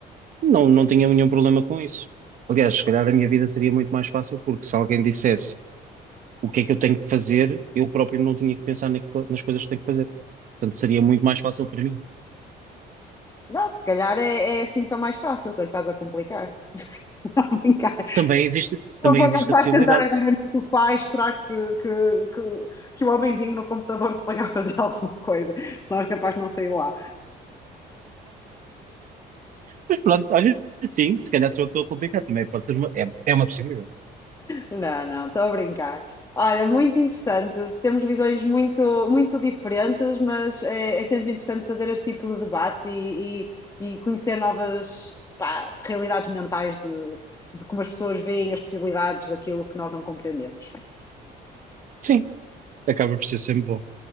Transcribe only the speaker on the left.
Não, se calhar é, é assim tão mais fácil, tu é que estás a complicar. <laughs> Não, brincar.
Por
favor,
não vais
sentar agora no sofá e esperar que, que, que, que o homenzinho no computador te ponha a fazer alguma coisa, senão és capaz de não sair lá.
Não, não, estou a brincar. Olha, muito interessante. Temos visões muito, muito diferentes, mas é, é sempre interessante fazer este tipo de debate e, e, e conhecer novas, pá, realidades mentais de, de como as pessoas veem as possibilidades daquilo que nós não compreendemos.